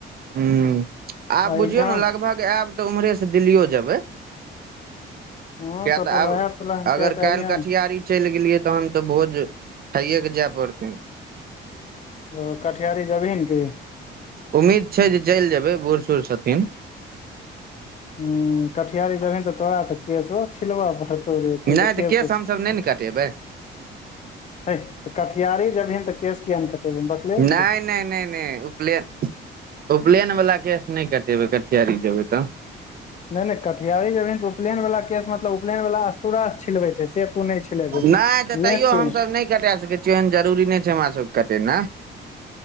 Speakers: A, on the right (about 50°); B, on the left (about 35°).
A: हुं आब
B: आ
A: बुझियौ
B: एग्जाम
A: न लगभग आयब त उमहरेसं दिल्लीयो जेबै
B: हँ
A: किया
B: तऽ
A: त
B: अपन
A: आब
B: उएह प्लान
A: अगर
B: कए कऽ
A: काल्हि
B: अइहन
A: कटिहारी चलि गेलियै तहन त भोज खाइयएक जाय पड़तै
B: ओ, कटिहारी जेबहिन कि
A: उम्मीद छै जे चलि जेबै बुढ़ सुढ़ छथिन
B: हुं कटिहारी जेबहिन त तोरा त केसो छिलब पड़तौ रे तु
A: नहि
B: त केस
A: तऽ केश हमसभ नहि ने कटेबै
B: हैय त कटिहारी जेबहिन त केस किया नय कटेबहिन बकलेल
A: नै
B: छी
A: नै नै नै उपलेन उपलैनवला केस नय कटेबै कटिहारी जेबै त
B: नै नै कटिहारी जेबहिन त उपलैन वला केस मतलब उपलैनवला अस्तुरा छिलबै छै, से तु नै छिलेबहिन
A: नहि तऽ तैयो
B: लेकिन
A: हमसभ नहि कटा सकै छियै, एहन जरूरी नहि छै हमरा सबके कटेनाइ